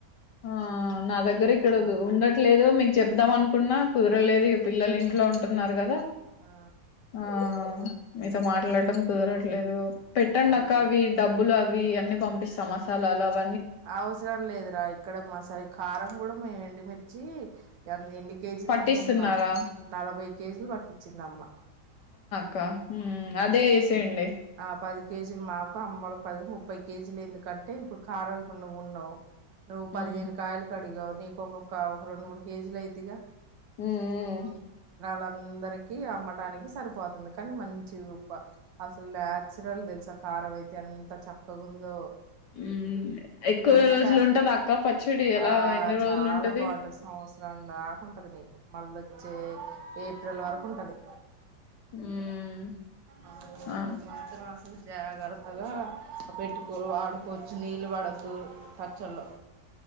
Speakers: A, on the left; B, on the right.
A: ఆ నా దగ్గర
B: ఆ
A: ఇక్కడ ఉండట్లేదు మీకు చెప్దాం అనుకున్నా కుదరలేదు ఇక పిల్లలు ఇంట్లో ఉంటున్నారు కదా
B: ఆ
A: ఆ మీతో మాట్లాడటం కుదరట్లేదు పెట్టండక్క
B: మనకి
A: అవి డబ్బులు అవి వీయన్ని పంపిస్తా మసాలాలు అవ
B: అవసరం లేదురా ఇక్కడ మాసరి కారం కూడా మేమేండిమిర్ చీ ఎన్ ఎన్ని కేజీలు
A: పట్టిస్తున్నారా
B: అనుకుంటున్నావ్ నలభై కేజీలు పట్టిచ్చిందమ్మ
A: క మ్మ్ అదే ఏసేయండి
B: ఆ పది కేజీలు మాకు అమ్మలకు పది ముప్పై కేజీలు ఎందుకంటే ఇప్పుడు కారం ఇప్పుడు నువ్వున్నావు నువ్ పదిహేను
A: ఉమ్
B: కాయలకడిగావ్ నీకు ఒకొక్క ఒక రెండు మూడు కేజీలు అయిదిగా
A: హ్మ్
B: ళందరిక అమ్మటనికి సరిపోతుంది కానీ మంచి అసలు న్యాచురల్ తెలుసా కారం అయితే ఎంత చక్కగాందో
A: ఉమ్. ఎక్కువ
B: ఎప్పుడైనా
A: రోజులు
B: ప
A: ఉంటదా అక్క పచ్చడి ఎలా
B: ఆ
A: ఎన్ని రోజులు
B: చాలా
A: ఉంటది
B: బాగుంటది సంవత్సరం నాకుంటది నీకు మళ్ళ వచ్చే ఏప్రిల్ వరకు ఉంటుంది
A: ఉమ్
B: అ
A: ఆ
B: అ మాత్రం అసలు జాగ్రత్తగా పెట్టుకో ఆడుకోవచ్చు నీళ్ళు పడద్దు పచ్చల్లో